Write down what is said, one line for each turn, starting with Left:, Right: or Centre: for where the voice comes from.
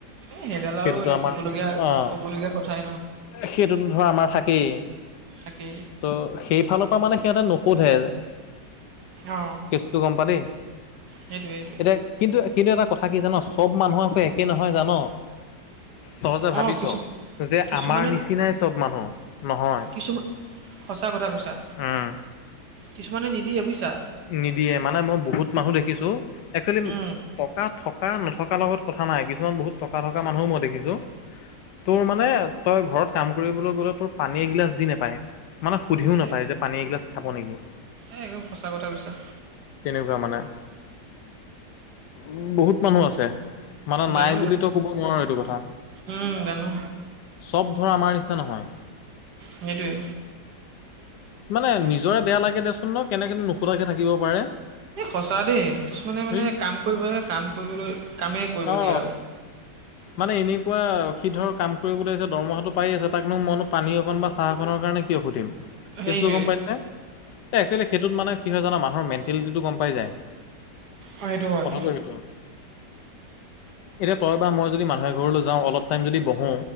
Right: এই সেইডাল
Left: সেইটোতো
Right: আৰু এতিয়া
Left: আমাৰ
Right: ক'বলগীয়া
Left: অ',
Right: ক'বলগীয়া কথা।
Left: সেইটোতো ধৰ আমাৰ থাকেই।
Right: থাকে।
Left: ত' সেই ফালৰ পৰা মানে, সিহঁতে নোসোধে যে
Right: অ
Left: কেচটো গম পালি,
Right: সেইটোৱে সেইটোৱে
Left: এতিয়া কিন্তু-কিন্তু এটা কথা কি জান, চব মানুহ আকৌ একে নহয় জান? তহ যে ভাবিছ,
Right: অ কিছু
Left: যে
Right: কিছুমানে
Left: আমাৰ নিচিনাই চব মানুহ নহয়?
Right: কিছুমান সঁচা কথা কৈছা,
Left: উম,
Right: কিছুমানে নিদিয়ে বুজিছা।
Left: নিদিয়ে মানে মই বহুত মানুহ দেখিছো, একচুৱেলি
Right: উম
Left: টকা থকা নথকাৰ লগত কথা নাই, কিছুমান বহুত টকা থকা মানুহও মই দেখিছো। তোৰ মানে তই ঘৰত কাম কৰিবলৈ গ'লে তোৰ পানী এগিলাচ দি নাপায়। মানে সুধিও নাপায়
Right: এ
Left: যে পানী এগিলাছ খাব নেকি?
Right: এ একদম সঁচা কথা কৈছা।
Left: তেনেকুৱা মানে? উম বহুত মানুহ আছে, মানে
Right: জানো
Left: নাই বুলিতো
Right: জানো
Left: কব নোৱাৰো এইটো কথা।
Right: উম জানো
Left: চব ধৰা আমাৰ নিচিনা নহয়।
Right: সেইটোৱে
Left: মানে নিজৰে বেয়া লাগে দিয়াচোন ন কেনেকনো নুসোধাকে থাকিব পাৰে।
Right: এই সঁচা দেই, কিছুমানে মানে
Left: সেই
Right: কাম কৰিবহে কাম কৰিবলৈ কামেই কৰিব
Left: অ
Right: দিয়ে আৰু।
Left: মানে এনেকুৱা সিধৰ কাম কৰিবলৈছে দৰমহাটো পাই আছে তাকনো মনো পানী অকন বাছ চাহকণনৰ কাৰণে কিয় সুধিম, কেছটো
Right: সেইটোৱে
Left: গম পাইনে, এই একচুৱেলি সেইটোত মানে কি হয় জানা, মানুহৰ মেণ্টেলিটিটো গম পাই যায়,
Right: অ সেইটো হয়
Left: কথাটো সেইটো হয়। এতিয়া তই বা মই যদি মানুহে ঘৰলৈ যাওঁ অলপ টাইম যদি বহোঁ,